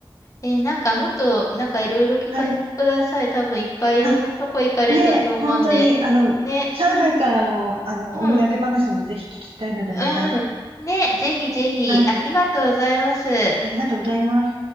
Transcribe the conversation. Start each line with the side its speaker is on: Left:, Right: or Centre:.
Left: えーなんかもっと、なんかいろいろ聞かせてください。
Right: はい。
Left: 多分いっぱいいろんなとこ行かれたと思うんで。
Right: あねえ、本当に、あの、
Left: ね。
Right: 上海からの、あの、
Left: うん。
Right: お土産話もぜひ聞きたいので、また。
Left: うん。ね。ぜひぜひ、
Right: はい。
Left: ありがとうございます。
Right: ありがとうございます。